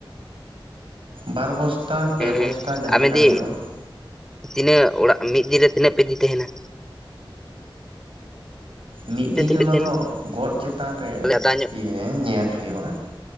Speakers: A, on the right; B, in the centre.
A: ᱵᱟᱨ ᱵᱚᱥᱛᱟ ᱯᱮ
B: ᱦᱮᱸ ᱦᱮᱸ
A: ᱵᱚᱥᱛᱟ ᱡᱟᱦᱟᱸ
B: ᱟᱢ
A: ᱞᱮᱠᱟ
B: ᱤᱫᱤ
A: ᱦᱳᱭᱳᱜ-ᱟ
B: ᱛᱤᱱᱟᱹᱜ ᱚᱲᱟᱜ ᱢᱤᱫ ᱫᱤᱱ ᱨᱮ ᱛᱤᱱᱟᱹᱜ ᱯᱮ ᱤᱫᱤ ᱛᱟᱦᱮᱸᱱᱟ
A: ᱢᱤᱫ
B: ᱛᱤᱱᱟᱹᱜ
A: ᱫᱤᱱ ᱨᱮ
B: ᱯᱮ
A: ᱚᱱᱟ
B: ᱛᱟᱦᱮᱱᱟ
A: ᱫᱚ ᱜᱚᱫ ᱪᱮᱛᱟᱱ ᱨᱮ
B: ᱟᱫᱟᱧ
A: ᱤᱭᱟᱹ ᱦᱮᱸ ᱧᱮᱞ ᱦᱳᱭᱳᱜ-ᱟ